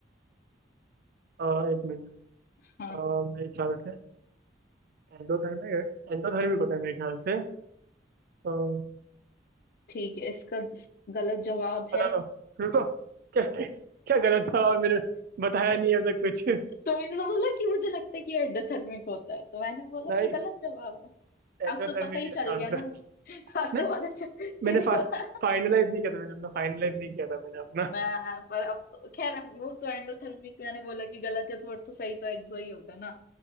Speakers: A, on the right (about 55°); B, on the left (about 50°).
A: अ, एक मिनट
B: हाँ
A: अ, मेरे ख्याल से एंडोथर्मिक एंडोथर्मिक होता है मेरे ख्याल से तो
B: ठीक है इसका गलत जवाब
A: बता
B: है <laughs>
A: दो रुको क्या क्या गलत था मैंने बताया नहीं है अब तक कुछ
B: तो मैंने तो बोला कि मुझे लगता है कि एंडोथर्मिक होता है तो मैंने बोला
A: नहीं
B: कि गलत जवाब है
A: एक्सोथर्मिक
B: अब तो पता ही
A: है इसका
B: चल गया
A: आंसर
B: ना <laughs> अब
A: नहीं
B: तो पता चल सीधी
A: मैंने फा,
B: बात।
A: फाइनलाइज नहीं किया था मैंने अपना फाइनलाइज नहीं किया था मैंने अपना
B: मैं पर अब तो खैर वो तो एंडोथर्मिक मैंने बोला कि गलत है तो और तो सही तो एक्सो ही होगा ना